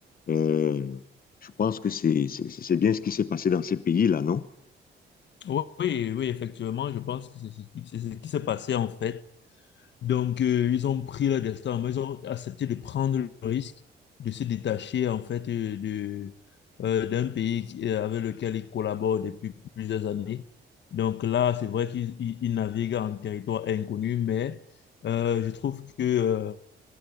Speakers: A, on the left; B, on the left.
A: Euh, je pense que c'est c'est- c'est bien ce qui s'est passé dans ces pays-là, non?
B: Oui, oui, oui, effectivement, je pense que c'est ce qui c'est ce qui s'est passé en fait. Donc, euh, ils ont pris leur destin en main, ils ont accepté de prendre le risque de se détacher en fait euh, de, euh, d'un pays qui- euh, avec lequel ils collaborent depuis plusieurs années. Donc là, c'est vrai qu'ils ils- ils naviguent en territoire inconnu, mais euh, je trouve que euh,